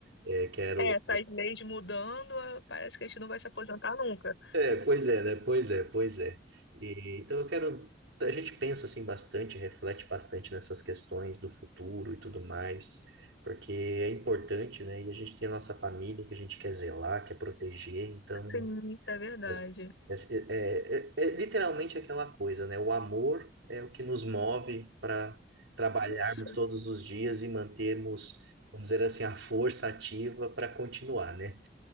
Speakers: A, on the right; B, on the left.
A: É, quero.
B: É, essas leis mudando, ah, parece que a gente não vai se aposentar nunca.
A: É, pois é, né? Pois é, pois é. E, então eu quero. A gente pensa assim bastante, reflete bastante nessas questões do futuro e tudo mais, porque é importante, né? E a gente tem a nossa família que a gente quer zelar, quer proteger, então.
B: Sim, isso é verdade.
A: Mas, É, é, é- é é literalmente aquela coisa, né? O amor é o que nos move para trabalharmos
B: Isso.
A: todos os dias e mantermos, vamos dizer assim, a força ativa para continuar, né?